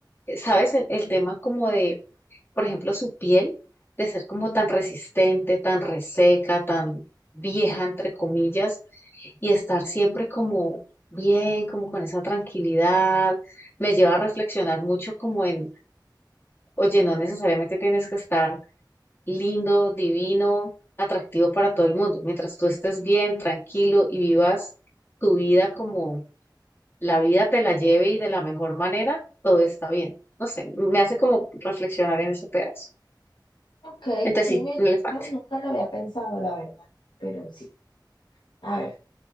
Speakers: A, on the left (about 30°); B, on the left (about 75°).
A: ¿sabes? El, el tema como de, por ejemplo, su piel, de ser como tan resistente, tan reseca, tan vieja, entre comillas y estar siempre como bien, como con esa tranquilidad, me lleva a reflexionar mucho como en, oye, no necesariamente tienes que estar lindo, divino, atractivo para todo el mundo. Mientras tú estés bien, tranquilo y vivas tu vida como la vida te la lleve y de la mejor manera, todo está bien. No sé, me hace como reflexionar en ese pedazo.
B: Ok,
A: Entonces
B: sí,
A: sí,
B: me
A: un
B: gusta.
A: elefante.
B: Nunca lo había pensado, la verdad. Pero sí. A ver,